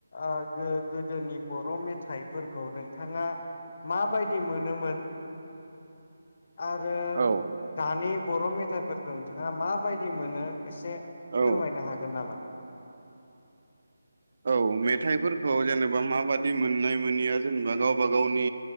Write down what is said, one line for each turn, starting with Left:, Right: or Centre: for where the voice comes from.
Left: ओ गोदोनि बर' मेथाइफोरखौ नोंथाङा माबायदि मोनोमोन आरो
Right: औ
Left: दानि बर मेथाइफोरखौ नोंथाङा माबायदि मोनो एसे फोरमायनो
Right: औ
Left: हागोन नामा
Right: औ मेथाइफोरखौ जेनेबा माबादि मोननाय मोनिया जेनेबा गावबा गावनि